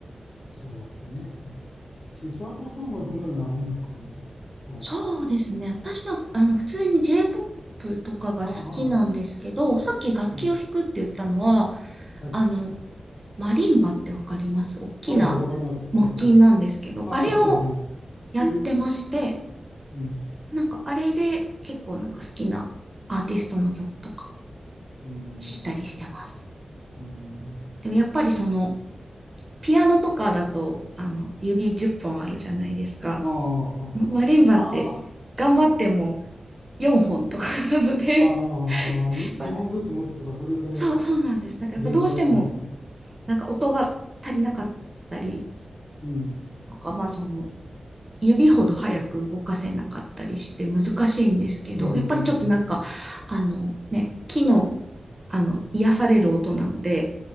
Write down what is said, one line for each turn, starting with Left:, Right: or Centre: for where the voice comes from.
Left: そうなんですよね。千里さんはどのような音楽を
Right: そうですね。私は、あの、普通に J-POP とかが好きなんですけど、
Left: ああ、ああ
Right: さっき楽器を弾くって言ったのは、
Left: うん。はい。
Right: あの、マリンバってわかります大きな
Left: はいはい、わかります。はい、
Right: 木琴なんですけど、
Left: はい。ああ、
Right: あれを
Left: そうですね。
Right: やってまして、
Left: えー、うん、
Right: なんかあれで結構なんか好きなアーティストの曲とか
Left: うん、
Right: 弾いたりしてます。
Left: うん。
Right: でもやっぱりその、
Left: あ
Right: ピアノとかだと、あの、指10本あるじゃないですか。
Left: あ、はあ、
Right: マリンバって頑張っても4本とかなので、
Left: ああ、ああ、
Right: <laughs>
Left: に、2本ずつ持つとか、
Right: まあ、
Left: それぐらいが
Right: そう、そうなんです。なんかやっぱどうしても、
Left: 限界なんですね。
Right: なんか音が足りなかったり
Left: うん、
Right: とか、まあその、指ほど早く動かせなかったりして難しいんですけど、
Left: うん、うん、
Right: やっぱりちょっとなんか、
Left: うん。
Right: あのね、木の、あの、癒される音なので、